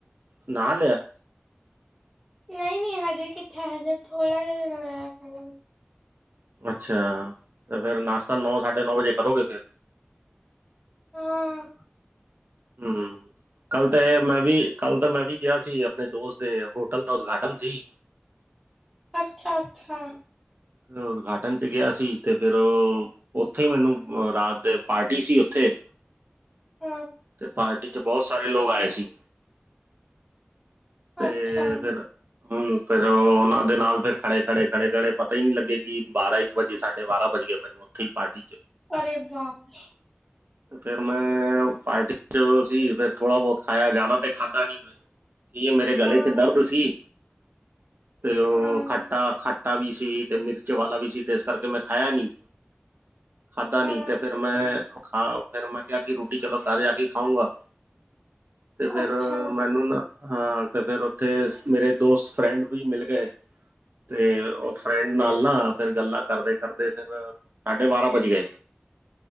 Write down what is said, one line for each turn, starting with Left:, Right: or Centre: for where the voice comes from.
Right: ਨਾਹ ਲਿਆ?
Centre: ਨਹੀਂ-ਨਹੀਂ, ਹਜੇ ਕਿੱਥੇ ਹਜੇ ਥੋੜਾ ਜਿਆ ਹੋਇਆ ਪਹਿਲਾਂ
Right: ਅੱਛਾ, ਤੇ ਫਿਰ ਨਾਸ਼ਤਾ ਨੌਂ ਸਾਢੇ ਨੌਂ ਵਜੇ ਕਰੋਗੇ ਫਿਰ?
Centre: ਹਮ
Right: ਹਮ ਕੱਲ ਤਾਂ ਮੈਂ ਵੀ ਕੱਲ੍ਹ ਤਾਂ ਮੈਂ ਵੀ ਗਿਆ ਸੀ। ਆਪਣੇ ਦੋਸਤ ਦੇ ਹੋਟਲ ਦਾ ਉਦਘਾਟਨ ਸੀ।
Centre: ਅੱਛਾ-ਅੱਛਾ।
Right: ਉਦਘਾਟਨ 'ਚ ਗਿਆ ਸੀ ਤੇ ਫਿਰ ਉਹ ਉੱਥੇ ਮੈਨੂੰ ਰਾਤ ਦੇ ਪਾਰਟੀ ਸੀ। ਉੱਥੇ-
Centre: ਹਾਂ
Right: ਤੇ ਪਾਰਟੀ ਚ ਬਹੁਤ ਸਾਰੇ ਲੋਕ ਆਏ ਸੀ। ਤੇ
Centre: ਅੱਛਾ
Right: ਫਿਰ ਹਮ, ਫੇਰ ਉਹਨਾਂ ਦੇ ਨਾਲ ਫੇਰ ਖੜੇ ਖੜੇ ਖੜੇ ਖੜੇ ਪਤਾ ਹੀ ਨਹੀਂ ਲੱਗੇ ਕਿ ਬਾਰਾਂ ਇ ਵਜੇ ਸਾਢੇ ਬਾਰਾਂ ਵਜ ਗਏ ਮੈਨੂੰ ਉੱਥੇ ਹੀ ਪਾਰਟੀ ' ਚ
Centre: ਅਰੇ ਬਾਪ ਰੇ।
Right: ਤੇ ਫੈਰ ਮੈਂ ਪਾਰਟੀ ਚ ਸੀ, ਫਿਰ ਥੋੜ੍ਹਾ ਬਹੁਤ ਖਾਇਆ ਜ਼ਿਆਦਾ ਤੇ ਖਾਧਾ ਨੀ ਮੈਂ ਕੀ ਇਹ ਮੇਰੇ ਗਲੇ
Centre: ਹਾਂ
Right: ਚ ਦਰਦ ਸੀ। ਤੇ ਉਹ
Centre: ਹਾਂ
Right: ਖੱਟਾ ਖੱਟਾ ਵੀ ਸੀ ਤੇ ਮਿਰਚ ਵਾਲਾ ਵੀ ਸੀ ਤੇ ਇਸ ਕਰਕੇ ਮੈਂ ਖਾਇਆ ਨਹੀਂ ਖਾਧਾ ਨੀ
Centre: ਹਾਂ
Right: ਤੇ ਫੇਰ ਮੈਂ ਖਾ ਫਿਰ ਮੈਂ ਕਿਹਾ ਕਿ ਰੋਟੀ ਚਲੋ ਘਰ ਜਾ ਕੇ ਖਾਊਂਗਾ ਤੇ ਫਿਰ
Centre: ਅੱਛਾ
Right: ਮੈਨੂੰ ਨਾ ਹਾਂ ਤੇ ਫੇਰ ਉੱਥੇ ਮੇਰੇ ਦੋਸਤ ਫਰੈਂਡ ਵੀ ਮਿਲ ਗਏ। ਤੇ ਫਰੈਂਡ ਨਾਲ ਨਾ ਫੇਰ ਗੱਲਾਂ ਕਰਦੇ ਕਰਦੇ ਫਿਰ ਸਾਢੇ ਬਾਰਾਂ ਵਜੇ ਗਏ।